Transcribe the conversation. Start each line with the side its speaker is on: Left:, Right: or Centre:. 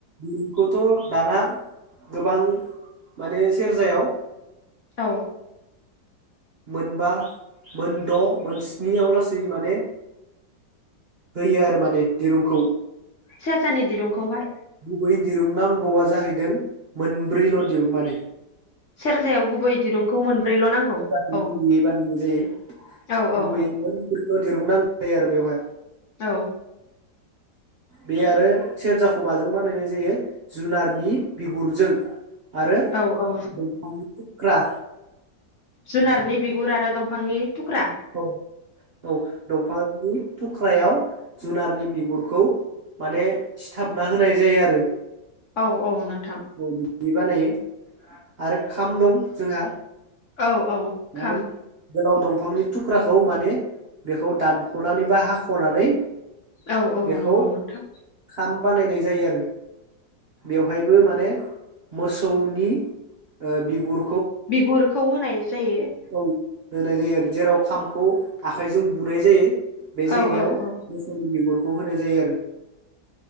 Right: दिरुं। खौथ दाना गोबां माने सेरजायाव।
Left: औ
Right: मोनबा मोनद मोनस्निआव लासै माने होयो आरो माने दिरुंखौ।
Left: सेराजानि दिरुंखौहाय
Right: बै दिरुंनांगौआ जाहैदों मोनब्रैल दिरुं माने।
Left: सेरजायाव गुबै दिरुंखौ मोनब्रैल नांगौ।
Right: बि बायदियै
Left: औ
Right: बानायनाय जायो
Left: औ औ
Right: गुबैयै मोनब्रैल। दिरुं नांगौ जायो आरो बेवहाय।
Left: औ
Right: बे आरो सेरजाखौ माजों बानायनाय जायो जुनारनि बिगुरजों। आरो
Left: औ औ
Right: दंफांनि थुख्रा।
Left: जुनारनि बिगुर आरो दंफांनि थुख्रा
Right: औ औ दंफांनि थुख्रायाव जुनारनि बिगुरखौ माने सिथाबना होनाय जायो आरो।
Left: औ औ नों
Right: औ बि दि बानायो आरो खाम दं जोंहा।
Left: औ औ
Right: माने
Left: खाम।
Right: गोलाव दंफांनि थुख्राखौ माने बेखौ दानखनानै बा हाखनानै
Left: औ औ
Right: बेखौ
Left: नंगौ नोंथां
Right: खाम बानायनाय जायो आरो बेवहाय बो माने मोसौनि ओ बिगुर
Left: बिगुरखौ होनाय जायो।
Right: औ होनाय जायो आरो जेराव खामखौ आखाइजों बुनाय जायो। बे जायगायाव
Left: औ औ औ
Right: मोसौनि बिगुर खौ होनाय जायो आरो